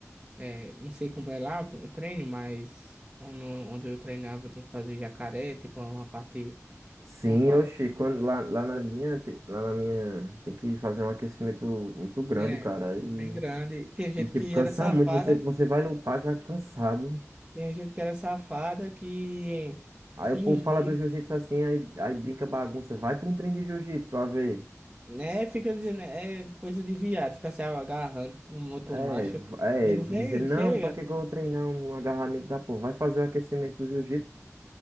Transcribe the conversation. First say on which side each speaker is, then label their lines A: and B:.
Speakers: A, on the right; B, on the right.
A: É, não sei como é lá o treino, mas onde, onde eu treinava tem que fazer jacaré, tipo, uma parte,
B: Sim,
A: uma parte,
B: oxi, quando lá, lá na minha, te- lá na minha, tem que fazer um aquecimento muito grande,
A: é,
B: cara. E,
A: bem grande. Tinha gente
B: e tipo,
A: que
B: cansa
A: era safada,
B: muito, você, você vai lutar já cansado.
A: tinha gente que era safada que
B: Aí
A: fingia.
B: o povo fala do jiu-jitsu assim, aí, aí brinca bagunça. Vai pra um treino de jiu-jitsu pra ver.
A: Né? Fica dizendo, é coisa de viado, fica se agarrando com um outro
B: É,
A: macho.
B: v- é,
A: Eu digo,
B: dizer,
A: vem,
B: não,
A: chega.
B: pra que que eu vou treinar um agarramento da porra? Vai fazer o aquecimento do jiu-jitsu